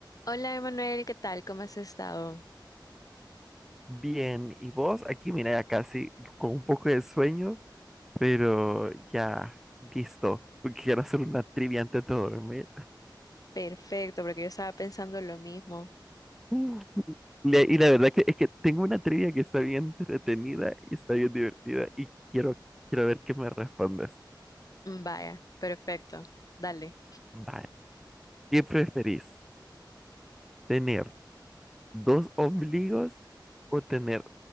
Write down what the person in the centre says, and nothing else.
Bien, ¿y vos? Aquí, mira, ya casi con un poco de sueño, pero ya listo. porque Quiero hacer una trivia antes de dormir.
Mm. Le- Y la verdad que es que tengo una trivia que está bien entretenida y está bien divertida y quiero, quiero ver qué me respondes.
Vale. ¿Qué preferís? ¿Tener dos ombligos o tener